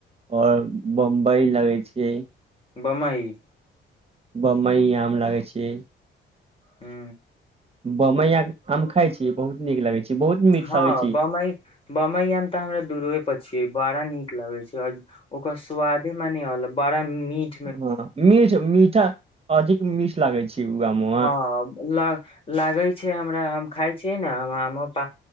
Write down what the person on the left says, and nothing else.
बमइ
हू
हँ
बमई बमईय मे तऽ हमरा दू रोए पर छीय बड़ा नीक लगे छै और ओकर स्वाद म होल बड़ा मिट
हँ ल लागे छै हमरा हम खाय छियै ने हम पा